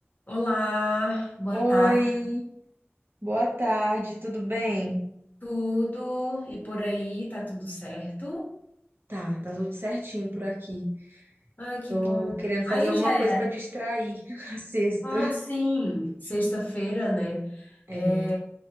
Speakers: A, on the left; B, on the right.
A: Olá, boa
B: Oi,
A: tarde,
B: boa tarde, tudo bem?
A: tudo e por aí, tá tudo certo?
B: Tá, tá tudo certinho por aqui.
A: Ah, que
B: Tô
A: bom.
B: querendo
A: Aí
B: fazer alguma
A: já é.
B: coisa pra distrair <laughs> a sexta.
A: Ah, sim, sexta-feira, né?
B: É.
A: É,